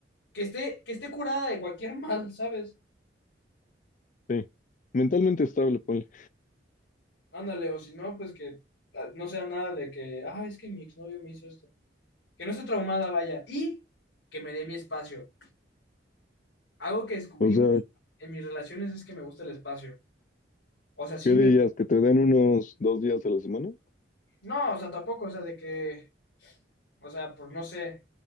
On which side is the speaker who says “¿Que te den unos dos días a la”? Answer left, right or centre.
Left